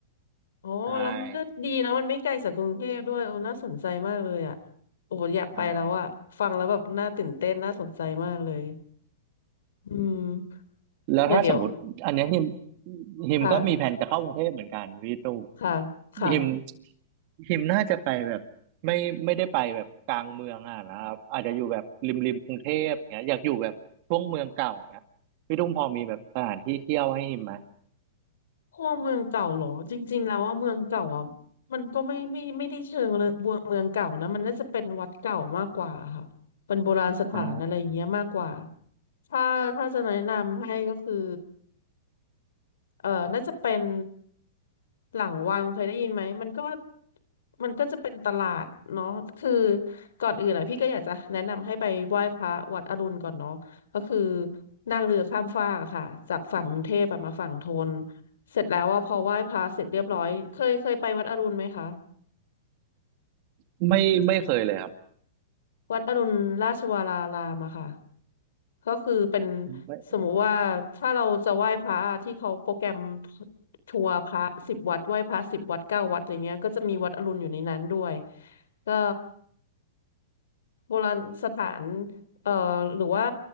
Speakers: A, on the left; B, on the right.
A: อ๋อแล้วมันก็ดีนะมันไม่ไกลจากกรุงเทพด้วยโอ้น่าสนใจมากเลยอ่ะ
B: ใช่ครับ
A: โอ้อยากไปแล้วอ่ะฟังแล้วแบบน่าตื่นเต้นน่าสนใจมากเลย
B: ใช่ครับ
A: อืม
B: แล้วถ้าสมมติอันเนี้ยฮิม
A: เดี๋ยวเดี๋ยว
B: ฮิมก็มีแผนจะเข้ากรุงเทพเหมือนกันพี่ตุ้ม
A: ค่ะค่ะค่ะ
B: ฮิมฮิมน่าจะไปแบบไม่ไม่ได้ไปแบบกลางเมืองอ่ะนะครับอาจจะอยู่แบบริมริมกรุงเทพอย่างเงี้ยอยากอยู่แบบช่วงเมืองเก่าอย่างเงี้ยพี่ตุ้มพอมีแบบสถานที่เที่ยวให้ฮิมไหม
A: พวกเมืองเก่าเหรอจริงๆแล้วว่าเมืองเก่าอ่ะมันก็ไม่ไม่ไม่ได้เชิงเลยเมืองเก่านะมันน่าจะเป็นวัดเก่ามากกว่าค่ะเป็นโบราณสถานอะไรอย่างเงี้ยมากกว่า
B: อ่า
A: ถ้าถ้าจะแนะนำให้ก็คือ เอ่อน่าจะเป็นหลังวังเคยได้ยินไหมมันก็มันก็จะเป็นตลาดเนาะคือก่อนอื่นอ่ะพี่ก็อยากจะแนะนำให้ไปไหว้พระวัดอรุณก่อนเนาะก็คือนั่งเรือข้ามฟากอะค่ะจากฝั่งกรุงเทพอะมาฝั่งธนเสร็จแล้วอ่ะพอไหว้พระเสร็จเรียบร้อยเคยเคยไปวัดอรุณไหมคะ
B: ไม่ไม่เคยเลยครับ
A: วัดอรุณราชวรารามอะค่ะ ก็คือเป็น
B: ไม่
A: สมมุติว่าถ้าเราจะไหว้พระที่เขาโปรแกรมทัวร์พระสิบวัดไหว้พระสิบวัดเก้าวัดอะไรเงี้ยก็จะมีวัดอรุณอยู่ในนั้นด้วยก็โบราณสถานเอ่อหรือว่า